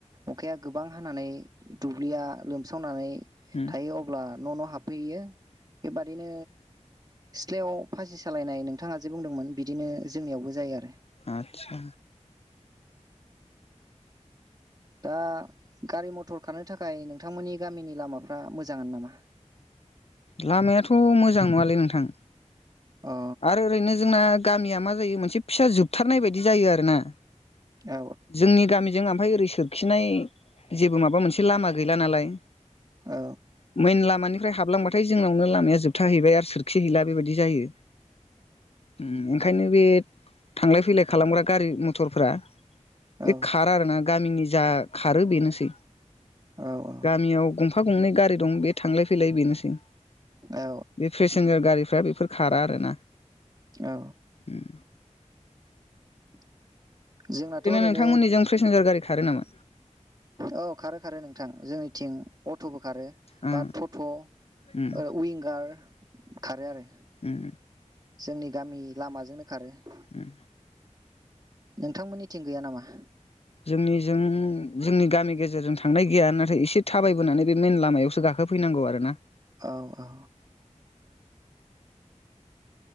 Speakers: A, on the right; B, on the left.
A: अखाया गोबां हानानै दुब्लिया लोमसावनानै
B: उम
A: थायो अब्ला न' न' हाब बेयो बे बादिनो। सिथ्लायाव फासि सालायनाय नोंथाङा जे बुंदोंमोन बिदिनो जोंनियावबो जायो आरो
B: आदसा
A: दा गारि मथर खारनो थाखाय नोंथांमोननि गामिनि लामाफ्रा मोजां नामा?
B: लामायाथ मोजां नङालै नोंथां।
A: अ
B: आरो ओरैनो जोंना गामिया मा जायो मोनसे फिसा जोबथारनाय बायदि जायो आरो ना।
A: औ
B: जोंनि गामिजों ओमफाय ओरै खिनाय जेबो माबा मोनसे लामा गैला नालाय।
A: औ
B: मेन लामानि ओमफ्राय हाबलांबाथाय जोंनावनो लामाया जोबथा हैबाय आरो सोरखिहैला बेबायदि जायो। ओंखायनो बे थांलाय फैलाय खालामग्रा गारि मथरफ्रा
A: औ
B: बे खारा आरोना गामिनि जा खारो बेनोसै।
A: औ
B: गामियाव गं गंफा गंनै गारि दं बे थांलाय फैलाय बेनोसै।
A: औ
B: बे पेसेन्जार गारिफ्रा बेफोर खारा। ना
A: औ
B: उम
A: <inaudible> जोंनाथ ओरैनो
B: नोंथांमोननिजों पेसेन्जार गारि खारो नामा
A: औ खारो खारो नोंथां जोंनिथिं अटबो खारो,
B: ओ
A: बा टट ओ
B: उम
A: उइनगार खारो आरो।
B: उम
A: जोंनि गामि लामाजोंनो खारो।
B: उम
A: नोंथांमोननिथिं गैया नामा?
B: जोंनिजों जोंनि गामि गेजेरजों थांनाय गैया नाथाय एसे थाबायबोनानै बे मेन लामायावसो गाखोफैनांगौ आरो ना।
A: औ औ।